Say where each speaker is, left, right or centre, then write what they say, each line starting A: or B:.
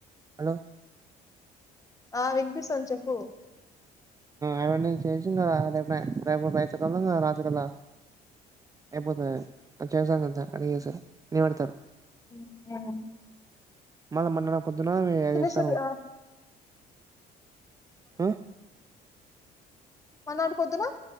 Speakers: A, on the right; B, on the left.
A: హలో!
B: ఆ విన్పిస్తాంది చెప్పూ
A: అవునే చేసినవా రేపు రేపు రైతు కలా ఉంది రాత్రికలా అయిపోతదది చేసాం అంతా కడిగేసారు లీవ్ పెడ్తరు.
B: మ్ ఏముం
A: మనం మన్నణ పొద్దున్న అవి ఏ ఏసాము.
B: సరి ఆ
A: అ
B: మల్నాడు పొద్దున్న